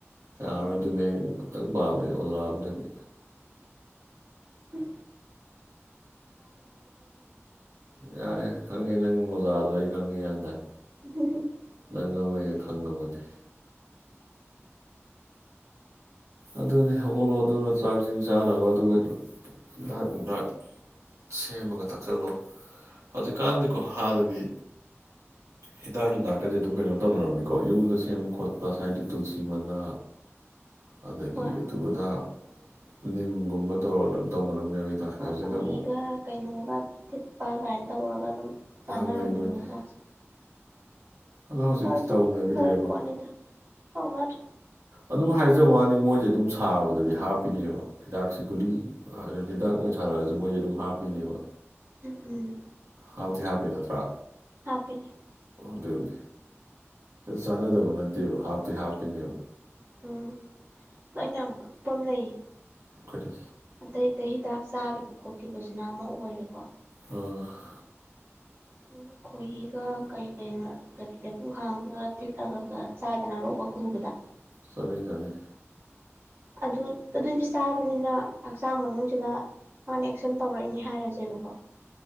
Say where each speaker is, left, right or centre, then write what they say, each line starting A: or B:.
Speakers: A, on the right; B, on the right.
A: ꯌꯥꯔꯣꯏ ꯑꯗꯨꯅꯦ ꯑꯩ ꯑꯝꯇꯪ ꯄꯥꯝꯃꯦ ꯑꯣꯖꯥꯑꯝꯗꯒꯤ
B: ꯍꯨꯝ
A: ꯌꯥꯔꯦ ꯈꯪꯉꯦ ꯅꯪ ꯃꯣꯖꯥꯗ ꯑꯩ ꯈꯪꯉꯦ ꯌꯥꯟ ꯇꯥꯏ
B: <inaudible>
A: ꯅꯪ ꯑꯃ ꯑꯩꯅ ꯈꯪꯉꯕꯅꯤ ꯑꯗꯨꯅꯦ ꯍꯧꯒꯠꯂꯣꯗꯨꯅ ꯆꯥꯛꯁꯤꯡ ꯆꯥꯅꯕ ꯑꯗꯨꯒꯥ ꯍꯤꯗꯛ ꯅꯨꯡꯗꯛ ꯁꯦꯝꯃꯒ ꯊꯛꯆꯜꯂꯣ ꯍꯧꯖꯤꯛꯀꯥꯟꯗꯤꯀꯣ ꯍꯥꯟꯅꯗꯤ ꯍꯤꯗꯥꯛ ꯅꯨꯡꯗꯛꯒꯖꯦ ꯑꯗꯨꯝ ꯀꯩꯅꯣ ꯇꯧꯅꯔꯝꯃꯤꯀꯣ ꯌꯨꯝꯗ ꯁꯦꯝꯕ ꯈꯣꯠꯄ ꯁꯥꯏꯗꯤ ꯇꯨꯜꯁꯤ ꯃꯅꯥ ꯑꯗꯒꯤ
B: ꯍꯣꯏ
A: ꯑꯘꯨꯑꯗꯥ ꯅꯤꯝꯒꯨꯝꯕ ꯇꯧꯔꯒ ꯑꯗꯨꯝ ꯇꯧꯅꯔꯝꯃꯦꯕ ꯍꯤꯗꯥꯛꯁꯦ
B: ꯍꯣꯏ
A: ꯍꯧꯖꯤꯛꯅ
B: ꯈꯣꯍꯤꯒ
A: ꯑꯃꯨꯛ
B: ꯀꯩꯅꯣꯒ ꯊꯤꯠꯄ ꯀꯥꯏꯅ ꯇꯧꯔꯒ ꯑꯗꯨꯝ ꯆꯥꯟꯅꯔꯝꯃꯤꯗꯣ
A: ꯌꯥꯝ ꯂꯩꯕꯅꯤ
B: ꯍꯤꯗꯥꯛꯁꯦ
A: ꯑꯗꯣ ꯍꯧꯖꯤꯛꯇꯤ
B: ꯐꯁꯨ
A: ꯇꯥꯎꯅꯒꯤꯗ꯭ꯔꯦꯀꯣ
B: ꯐꯔꯤ ꯄꯣꯠꯅꯤꯗ ꯇꯧꯅꯗ꯭ꯔꯦ
A: ꯑꯗꯨꯝ ꯍꯥꯏꯖꯕ ꯋꯅꯤ ꯃꯣꯏꯗꯤ ꯑꯗꯨꯝ ꯁꯥꯕꯗꯗꯤ ꯍꯥꯞꯄꯤꯅꯦꯕ ꯍꯤꯗꯥꯛꯁꯦ ꯒꯨꯂꯤ ꯍꯤꯗꯥꯛ ꯑꯣꯏꯅ ꯁꯥꯔꯛꯑꯖꯨ ꯃꯣꯏꯗꯤ ꯑꯗꯨꯝ ꯍꯥꯞꯄꯤꯅꯦꯕ
B: ꯎꯝ
A: ꯍꯥꯞꯇꯤ ꯍꯥꯞꯄꯤ ꯅꯠꯇ꯭ꯔꯥ
B: ꯍꯥꯞꯄꯤꯟ
A: ꯑꯗꯨꯅꯤ ꯆꯥꯟꯅꯗꯕ ꯅꯠꯇꯦꯕ ꯍꯥꯞꯇꯤ ꯍꯥꯞꯄꯤꯅꯦꯕ
B: ꯎꯝ ꯗꯣ ꯑꯩꯅ ꯌꯝ ꯉꯛꯄ ꯑꯝ ꯂꯩꯌꯦ
A: ꯀꯔꯤ
B: ꯑꯇꯩ ꯑꯇꯩ ꯍꯤꯗꯥꯛ ꯆꯥꯒꯤꯕ ꯈꯣꯠꯀꯤꯕꯖꯤꯅ ꯑꯃ ꯑꯣꯏꯔꯦꯀꯣ
A: ꯑ
B: ꯑꯗꯨꯝ ꯈꯣꯏꯍꯤꯒ ꯀꯩ ꯀꯩꯅꯣ ꯂꯩꯄꯨꯡ ꯈꯥꯡꯒ ꯊꯤꯠꯂꯒ ꯒ ꯆꯥꯏꯗꯅ ꯂꯣꯛꯀ ꯈꯨꯕꯗ
A: ꯆꯅꯩꯆꯅꯩ
B: ꯑꯗꯨ ꯑꯗꯨꯗꯤ ꯆꯥꯕꯅꯤꯅ ꯍꯛꯆꯥꯡ ꯃꯅꯨꯡꯁꯤꯗ ꯃꯥꯅ ꯑꯦꯛꯁꯟ ꯇꯧꯔꯛꯏꯅꯦ ꯍꯥꯏꯔꯖꯪꯕꯀꯣ